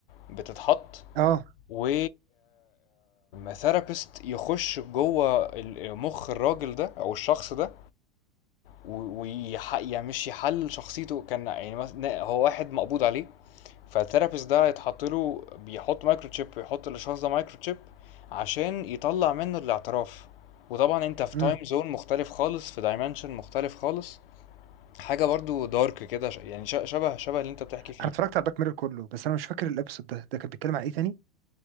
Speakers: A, on the left (about 65°); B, on the right (about 70°).
A: بتتحط
B: اه
A: و ثيرابيست يخش جوه ال- آه، مخ الراجل ده او الشخص ده و- ويح يعني مش يحل شخصيته كان يعني مثلا هو واحد مقبوض عليه فالثيرابيست ده يتحط له بيحط مايكرو تشيب ويحط للشخص ده مايكرو تشيب عشان يطلع منه الاعتراف وطبعا انت في
B: امم
A: تايم زون مختلف خالص في دايمنشن مختلف خالص حاجة برضو دارك كده ش- يعني ش- شبه شبه اللي انت بتحكي
B: انا
A: فيه
B: اتفرجت على الباك ميرور كله بس انا مش فاكر الابيسود ده ده كان بيتكلم عن ايه تاني